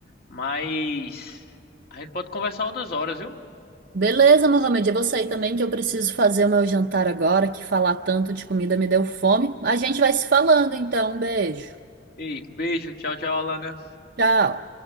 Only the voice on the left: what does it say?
Mas a gente pode conversar outras horas, viu?
Ei, beijo. Tchau, tchau, Alana.